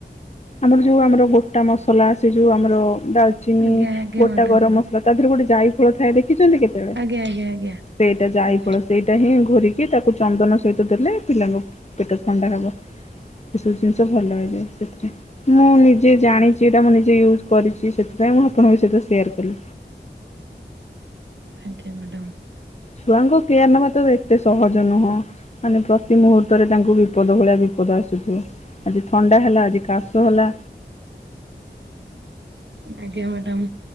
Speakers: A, on the left; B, on the right.
A: ଆମର ଯୋଉ ଆମର ଗୋଟା ମସଲା ଆସି ଯୋଉ ଆମର ଡାଲଚ ଚିନି
B: ଆଜ୍ଞା ଆଜ୍ଞା
A: ଗୋଟା
B: ମ୍ୟାଡ଼ାମ
A: ଗରମ ମସଲା ତା ଦେହରେ ଗୋଟେ ଯାଇ ଫଳ ଥାଏ ଦେଖିଛନ୍ତି କେତେ
B: ଆଞା, ଆଜ୍ଞା, ଆଜ୍ଞା
A: ସେଇଟା
B: ଆଜ୍ଞା
A: ଯାଇ ପଳ ସେଇଟା ହିଁ ଘରିକି ତାକୁ ଚନ୍ଦନ ସହିତ ଦେଲେ ପିଲାଙ୍କ ପେଟ ଥଣ୍ଡା ହବ ଏସବୁ ଜିନିଷ ଭଲ ହୋଇଇଯାଏ <unintelligible> ମୁଁ ନିଜେ ଜାଣିଛି ଏଇଟା ମୁଁ ନିଜେ ୟୁଜ୍ କରିଛି ସେଥିପାଇଁ ମୁଁ ଆପଣଙ୍କ ସହିତ ସେୟାର କଲି।
B: ଆଜ୍ଞା ମ୍ୟାଡ଼ାମ୍
A: ଛୁଆଙ୍କୁ କେୟାର ନେବା ତ ଏତେ ସହଜ ନୁହଁ। ମାନେ ପ୍ରତି ମୁହୂର୍ତ୍ତରେ ତାଙ୍କୁ ବିପଦ ଭଳିଆ ବିପଦ ଆସୁଥିବ। ଆଜି ଥଣ୍ଡା ହେଲା ଆଜି କାଶ ହେଲା
B: ଆଜ୍ଞା ମ୍ୟାଡ଼ାମ।